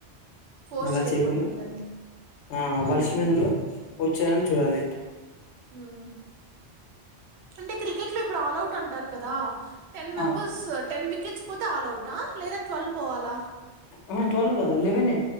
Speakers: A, on the right; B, on the left.
A: ఫోర్స్
B: అలా
A: చేయకూడదు
B: చేయకుండా
A: పిల్లల్ని
B: ఆ
A: హ్మ్
B: వాళ్ల ఇష్టమైనదానిలో వచ్చారని చూడాలి.
A: ఆ అ అంటే క్రికెట్ లో ఇప్పుడు ఆల్ ఔట్ అంటారు కదా టెన్ మెంబెర్స్
B: ఆ
A: టెన్ వికెట్స్ పోతే ఆల్ ఔట్ ఆ లేదా ట్వల్ పోవాలా?
B: ఆహా టువల్ కాదు లేవేనే